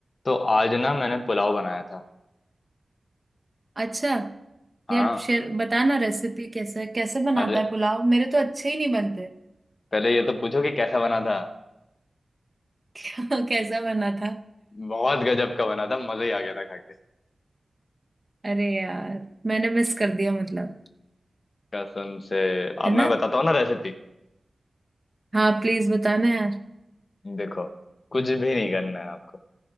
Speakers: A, on the left; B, on the right.
A: तो आज ना मैंने पुलाव बनाया था
B: अच्छा
A: हाँ
B: यार शेर बताना रेसिपी कैसे कैसे बनाता
A: अरे
B: है पुलाव मेरे तो अच्छे ही नहीं बनते
A: पहले ये तो पूछो कि कैसा बना था
B: <laughs> कैसा बना था
A: बहुत गजब का बना था मजा ही आ गया था खा के
B: अरे यार मैंने मिस कर दिया मतलब
A: कसम से
B: है
A: अब
B: ना
A: मैं बताता हूँ ना रेसिपी
B: हाँ प्लीज बताना यार
A: देखो कुछ भी नहीं करना है आपको